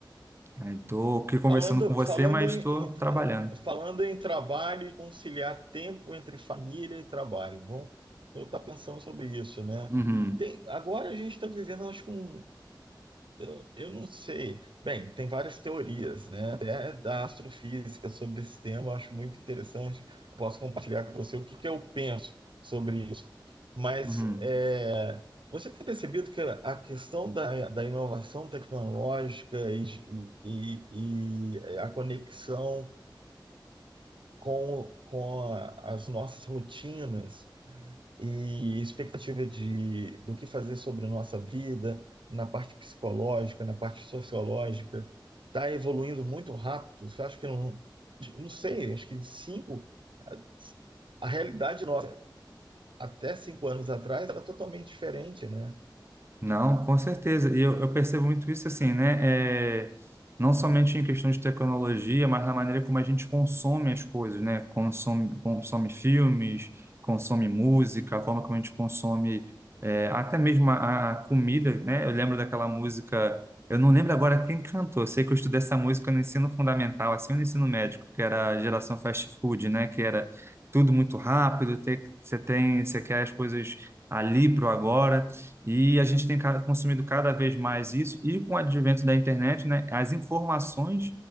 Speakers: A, on the right; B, on the right.
A: Estou aqui conversando
B: Falando,
A: com você,
B: falando
A: mas
B: em,
A: estou
B: em-
A: trabalhando.
B: eh, falando em trabalho e conciliar tempo entre família e trabalho. Bom, eu estou pensando sobre isso, né?
A: Uhum,
B: Tem- agora a gente está vivendo, acho que um, eu, não- eu não sei. Bem, tem várias teorias, né? Até da astrofísica sobre esse tema, eu acho muito interessante. Posso compartilhar com você o que que eu penso sobre isso. Mas
A: uhum.
B: é, você tem percebido que a questão da, da inovação tecnológica e, e, e a conexão com, com a- as nossas rotinas e expectativa de, do que fazer sobre a nossa vida, na parte psicológica, na parte sociológica, está evoluindo muito rápido. Eu acho que não, não sei, acho que de cinco, a, a realidade nossa até cinco anos atrás era totalmente diferente, né?
A: Não, com certeza. E eu, eu percebo muito isso assim, né? É, não somente em questão de tecnologia, mas na maneira como a gente consome as coisas, né? Consome, consome filmes, consome música, a forma como a gente consome é, até mesmo a, a comida, né? Eu lembro daquela música, eu não lembro agora quem cantou. Eu sei que eu estudei essa música no ensino fundamental, assim, ou no ensino médio, que era a geração fast food, né? Que era tudo muito rápido, tem- você tem, você quer as coisas ali pro agora. E a gente tem ca- consumido cada vez mais isso, e com o advento da internet, né, as informações